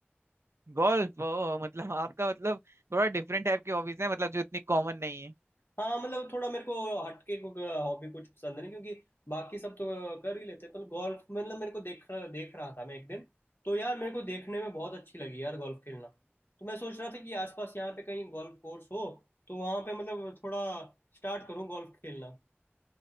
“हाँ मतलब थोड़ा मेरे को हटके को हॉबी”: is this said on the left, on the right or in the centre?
Left